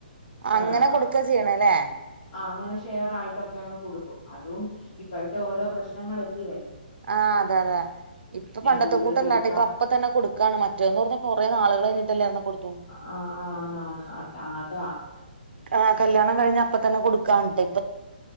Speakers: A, on the left; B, on the right.
A: ആഹ്
B: അങ്ങനെ കൊടുക്ക ചെയ്യണ ല്ലേ
A: ആഹ് അങ്ങനെ ഷെയർ ആയിട്ടൊക്കെ അങ്ങ് കൊടുക്കും അതും ഇപ്പോഴത്തെ ഓരോ പ്രശ് ഞങ്ങളല്ലേ
B: ആ അതെ അതെ ഇപ്പൊ പണ്ടത്തെ
A: കൂടുതൽ
B: കൂട്ടല്ലാട്ടെ
A: കൊടുത്താ
B: ഇപ്പ അപ്പൊ തന്നെ കൊടുക്കാണ് മറ്റേന്ന് പറഞ്ഞ കൊറെേ നാുകൾ കഴിഞ്ഞിട്ടല്ലെ അന്ന് കൊട്
A: ആ ആ ആാന് ആന് അ അതാ
B: ആ കല്യാണം കഴിഞ്ഞപ്പതന്നെ കൊടുക്കാനിട്ട